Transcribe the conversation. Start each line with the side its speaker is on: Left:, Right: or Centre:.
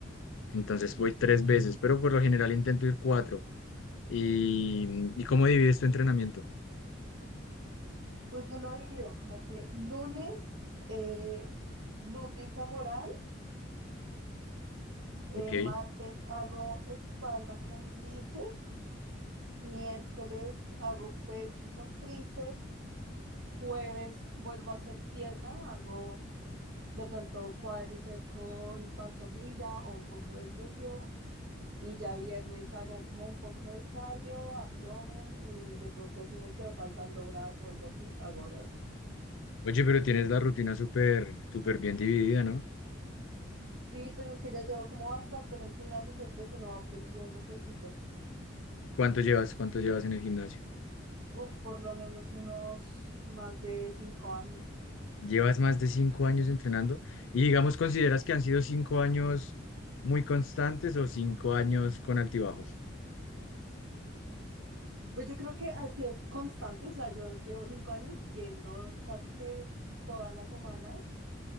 Left: Entonces voy tres veces, pero por lo general intento ir cuatro. ¿Y, ¿y cómo divides tu entrenamiento?
Right: Pues yo lo he dividido como que lunes eh, glúteo y femoral,
Left: Ok.
Right: eh, martes hago espalda con bíceps, miércoles hago pecho con tríceps, jueves vuelvo a hacer pierna, hago de pronto cuádriceps con pantorrilla o un poco de glúteo Y ya viernes hago como un poco de cardio, abdomen y de pronto si me quedo faltando brazo o algo así, hago brazo.
Left: Oye, pero tienes la rutina súper, súper bien dividida, ¿no?
Right: Sí, pues es que ya llevo como bastante en el gimnasio, entonces pues uno va aprendiendo cositas.
Left: ¿Cuánto llevas, cuánto llevas en el gimnasio?
Right: Uf, por lo menos unos más de cinco años, yo creo.
Left: ¿Llevas más de cinco años entrenando? Y digamos, ¿consideras que han sido cinco años muy constantes o cinco años con altibajos?
Right: Pues yo creo que ha sido constante, o sea, yo llevo cinco años yendo casi que todas las semanas